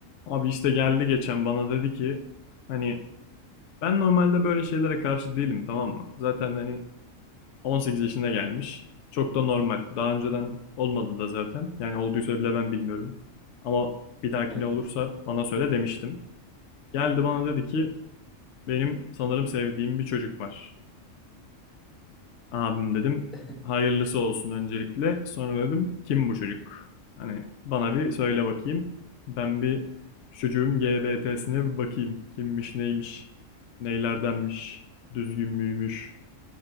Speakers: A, on the left; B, in the centre.
A: Abi işte geldi geçen bana dedi ki hani ben normalde böyle şeylere karşı değilim tamam mı? Zaten hani 18 yaşına gelmiş. Çok da normal. Daha önceden olmadı da zaten. Yani olduysa bile ben bilmiyorum. Ama bir dahakine
B: Hı hı.
A: olursa bana söyle demiştim. Geldi bana dedi ki benim sanırım sevdiğim bir çocuk var. Abim dedim
B: <laughs>
A: hayırlısı olsun öncelikle. Sonra dedim kim bu çocuk? Hani bana bir söyle bakayım. Ben bir şu çocuğun GBT'sine bir bakayım. Kimmiş neymiş? Neylerdenmiş? Düzgün müymüş?